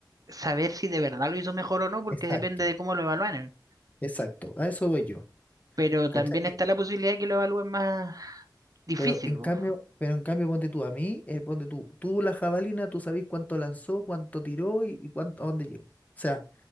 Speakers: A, on the right; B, on the left.
A: saber si de verdad lo hizo mejor o no, porque
B: Exacto,
A: depende de cómo lo evalúen.
B: exacto, a eso voy yo.
A: Pero también
B: ¿Cachai?
A: está la posibilidad de que lo evalúen más difícil,
B: Pero en
A: po.
B: cambio, pero en cambio, ponte tú a mí, eh, ponte tú, tú la jabalina, tú sabés cuánto lanzó, cuánto tiró y, y cuánto, a dónde llegó. O sea,